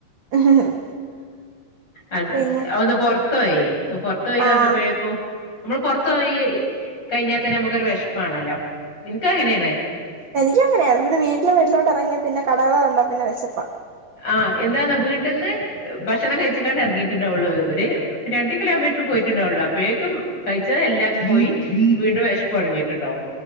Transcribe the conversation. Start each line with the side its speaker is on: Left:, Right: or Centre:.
Right: ആഹ്
Left: അ
Right: പിന്നെ
Left: ഒന്ന് പൊറത്ത് പോയേ പുറത്തു പോയി
Right: ആഹ്
Left: വന്നപ്പോഴെക്കും നമ്മൾ പുറത്ത് പോയി കഴിഞ്ഞാത്തന്നെ നമുക്കൊരു വിശപ്പാണല്ലോ എനിക്ക് അങ്ങനെയാണ്
Right: എനിക്ക് അങ്ങനെയാണ് ഇവിടെ വീട്ടില് വെളിലോട്ട് ഇറങ്ങിയ പിന്നെ കടകൾ കണ്ടാ പിന്നെ വിശപ്പാ
Left: ആഹ് എന്താന്നാ വീട്ടില്ന്ന് ഭക്ഷണം കഴിച്ച് കണ്ട് ഇറങ്ങിട്ടുണ്ടാവുള്ളൂ ഒരു രണ്ട് കിലോമീറ്റർ പോയിട്ട് ണ്ടാകുള്ളു അപ്പേക്കും കഴിച്ച എല്ലാം അങ്ങു പോയി വീണ്ടും വിശപ്പ് തുടങ്ങിട്ടുണ്ടാവും